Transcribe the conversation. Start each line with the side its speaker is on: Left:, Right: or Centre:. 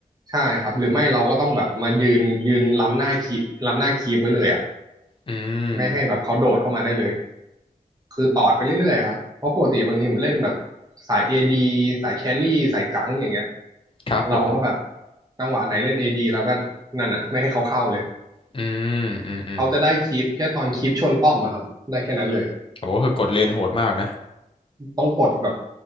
Right: ใช่ครับหรือไม่เราก็ต้องแบบมายืนยืนล้ำหน้าคีปล้ำหน้าคีปไว้เลยอ่ะ
Left: อืม
Right: ไม่ให้แบบเขาโดดเข้ามาได้เลยคือตอดไปเรื่อยๆครับเพราะปกติบางทีผมเล่นแบบสาย AD สายแครี่สายจังอย่างเงี้ย
Left: ครับผม
Right: เราก็แบบจังหวะไหนเล่น AD แล้วก็นั่นอ่ะไม่ให้เขาเข้าเลย
Left: อืมอืมอืม
Right: เขาจะได้คลิปแค่ตอนคลิปชนป้อมอะครับได้แค่นั้นเลย
Left: โอ้คือกดเลนโหดมากนะ
Right: ต้องกดแบบ